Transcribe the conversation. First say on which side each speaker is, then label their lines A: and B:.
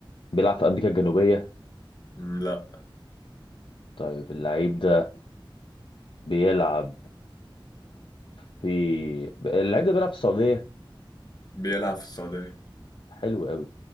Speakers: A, on the left; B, on the left.
A: بيلعب في أمريكا الجنوبية
B: لا
A: طيب اللعيب ده بيلعب في اللعيب ده بيلعب في السعودية
B: بيلعب في السعودية
A: حلو قوي